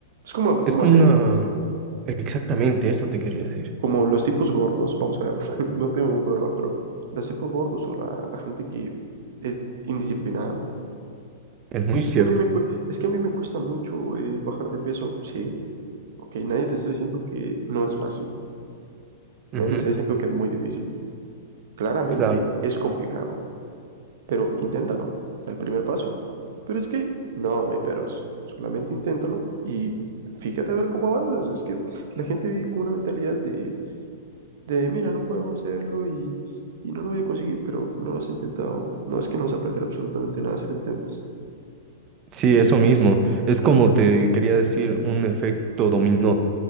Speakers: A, on the right; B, on the right.
A: Es como,
B: es
A: como
B: como
A: hacer
B: una,
A: ejercicio,
B: exactamente eso te quería decir.
A: como los tipos gordos, vamos a ver, <laughs> no tengo ningún problema, pero los tipos gordos o la, la gente que es indisciplinada.
B: Es muy cierto.
A: Es que a mí me, cue- es que a mí me cuesta mucho eh, bajar de peso, sí. Ok, nadie te está diciendo que no es fácil.
B: Ujú,
A: Nadie te está diciendo que es muy difícil. Claramente
B: Claro.
A: es complicado. pero inténtalo, da el primer paso. Pero es que, no, no hay peros, solamente inténtalo y fíjate a ver cómo avanzas. Es que la gente vive con una mentalidad de, de mira, no puedo hacerlo y, y no lo voy a conseguir, pero no lo has intentado. No es que no vas a perder absolutamente nada si lo intentas.
B: Sí, eso mismo. Es como te quería decir, un efecto dominó.